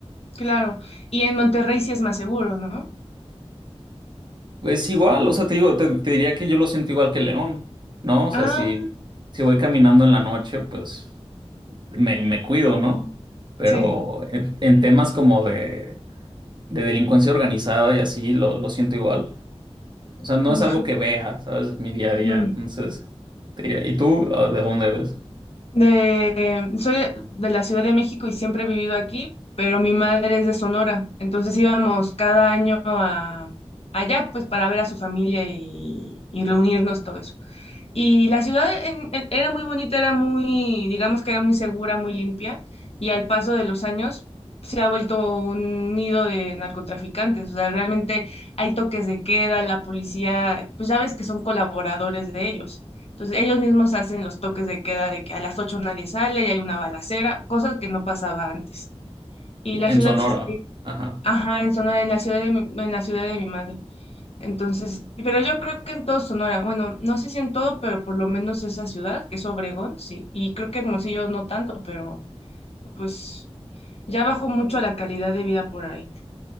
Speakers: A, on the left; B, on the right.
A: claro. Y en Monterrey sí es más seguro, ¿no?
B: Es igual, o sea, te digo, te, te diría que yo lo siento igual que León, ¿no? O sea,
A: Ah,
B: si, si voy caminando en la noche, pues me, me cuido, ¿no? Pero
A: sí.
B: en, en temas como de, de delincuencia organizada y así, lo lo siento igual. O sea, no
A: Uf,
B: es algo que vea, ¿sabes? Mi día a día,
A: ujú.
B: entonces te diría, ¿y tú ah, de dónde eres?
A: De, soy de la Ciudad de México y siempre he vivido aquí, pero mi madre es de Sonora, entonces íbamos cada año a, allá pues para ver a su familia y, y reunirnos, todo eso. Y la ciudad en- en- era muy bonita, era muy, digamos que era muy segura, muy limpia, y al paso de los años se ha vuelto un nido de narcotraficantes, o sea, realmente hay toques de queda, la policía, pues ya ves que son colaboradores de ellos. Entonces ellos mismos hacen los toques de queda de que a las 8 nadie sale y hay una balacera, cosas que no pasaba antes. Y
B: Ya,
A: la
B: En
A: ciudad
B: Sonora,
A: sí, sí,
B: ajá.
A: ajá, en Sonora, en la ciudad de, mi- en la ciudad de mi madre. Entonces, pero yo creo que en todo Sonora, bueno, no sé si en todo, pero por lo menos esa ciudad, que es Obregón, sí. Y creo que Hermosillo no tanto, pero pues ya bajó mucho la calidad de vida por ahí.